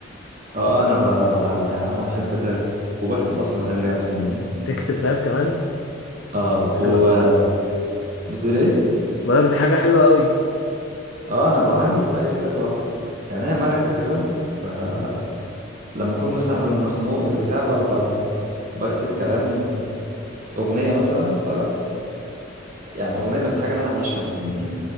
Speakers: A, on the right; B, on the left.
A: اه أنا ب... ب... يعني أنا بحب الراب وبكتب أصلا أغاني راب فاهمني
B: تكتب راب كمان
A: اه وبتقول
B: حلو.
A: إيه؟
B: بقولك دي حاجة حلوة قوي
A: اه أنا بقى عندي هواية كده اللي هو يعني هي ملكة كده فلما أكون مثلا مخنوق بتاع ب... ب... بكتب كلامي أغنية مثلا ف يعني أغنية بالحاجة اللي أنا عايشها أنا فاهمني؟